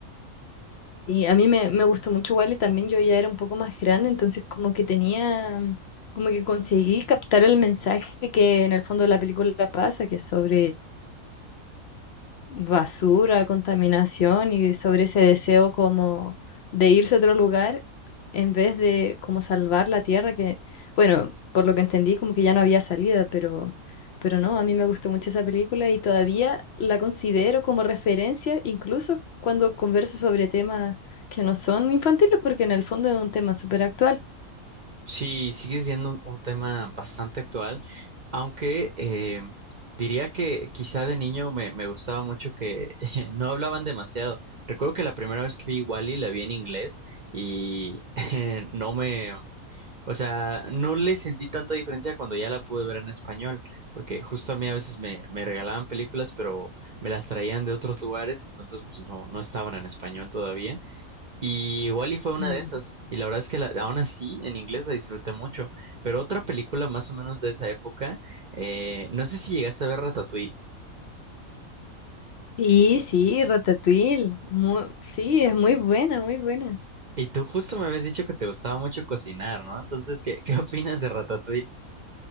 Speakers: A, on the left (about 65°); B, on the right (about 45°).
A: Y a mí me, me gustó mucho igual y también yo ya era un poco más grande, entonces como que tenía, mm, como que conseguí captar el mensaje que en el fondo de la película pasa, que es sobre basura, contaminación y sobre ese deseo como de irse a otro lugar en vez de como salvar la tierra que, bueno, por lo que entendí como que ya no había salida, pero, pero no, a mí me gustó mucho esa película y todavía la considero como referencia incluso cuando converso sobre temas que no son infantiles porque en el fondo es un tema súper actual.
B: Sí, sigue siendo un, un tema bastante actual, aunque eh, diría que quizá de niño me, me gustaba mucho que <laughs> no hablaban demasiado. Recuerdo que la primera vez que vi Wally la vi en inglés y <laughs> eh, no me, o sea, no le sentí tanta diferencia cuando ya la pude ver en español, porque justo a mí a veces me, me regalaban películas, pero me las traían de otros lugares, entonces pues no, no estaban en español todavía. Y Wall-E fue una
A: Ujú.
B: de esas, y la verdad es que la- aún así en inglés la disfruté mucho. Pero otra película más o menos de esa época, eh, no sé si llegaste a ver Ratatouille.
A: Sí, sí, Ratatouille, muy- sí, es muy buena, muy buena.
B: Y tú justo me habías dicho que te gustaba mucho cocinar, ¿no? Entonces, ¿qué, qué <laughs> opinas de Ratatouille?